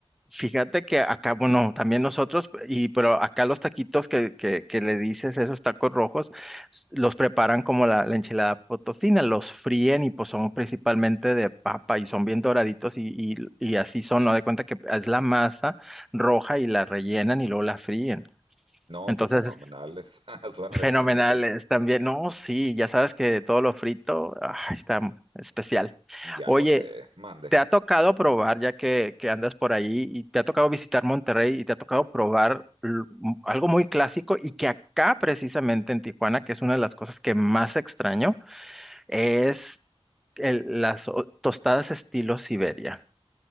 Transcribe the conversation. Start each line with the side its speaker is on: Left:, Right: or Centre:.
Centre: Fíjate que acá, bueno, también nosotros, y pero acá los taquitos que, que, que le dices, esos tacos rojos, s- los preparan como la, la enchilada potosina, los fríen y pues son principalmente de papa y son bien doraditos y, y, y así son, ¿no? De cuenta que es la masa roja y la rellenan y luego la fríen.
Right: No,
Centre: Entonces,
Right: pues fenomenales, <laughs> suenan
Centre: fenomenales
Right: exquisitos,
Centre: también, no, sí, ya sabes que todo lo frito, ah, está especial.
Right: ya
Centre: Oye,
Right: lo sé, mande.
Centre: ¿Te ha tocado probar, ya que, que andas por ahí, y te ha tocado visitar Monterrey y te ha tocado probar l- m- algo muy clásico y que acá precisamente en Tijuana, que es una de las cosas que más extraño, es el- las o- tostadas estilo Siberia?